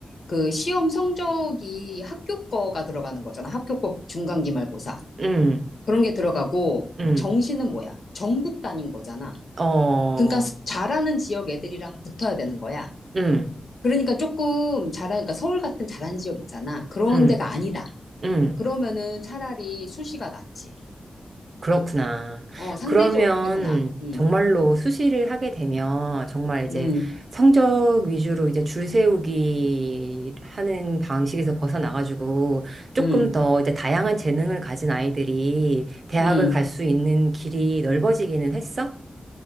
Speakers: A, on the left; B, on the right.
A: 그 시험 성적이 학교 거가 들어가는 거잖아. 학교 거 중간기말고사.
B: 음,
A: 그런 게 들어가고
B: 음,
A: 정시는 뭐야? 전국 단위인 거잖아.
B: 어,
A: 그러니까 스- 잘하는 지역 애들이랑 붙어야 되는 거야.
B: 음,
A: 그러니까 조금 잘하 그러니까 서울 같은 잘한 지역 있잖아. 그런
B: 음,
A: 데가 아니다.
B: 음.
A: 그러면은 차라리 수시가 낫지.
B: 그렇구나.
A: 어, 상대적으로
B: 그러면
A: 그게 더 나아. 음,
B: 정말로 수시를 하게 되면 정말 이제
A: 음,
B: 성적 위주로 이제 줄 세우기 하는 방식에서 벗어나가지고 조금
A: 음,
B: 더 이제 다양한 재능을 가진 아이들이 대학을
A: 음.
B: 갈 수 있는 길이 넓어지기는 했어?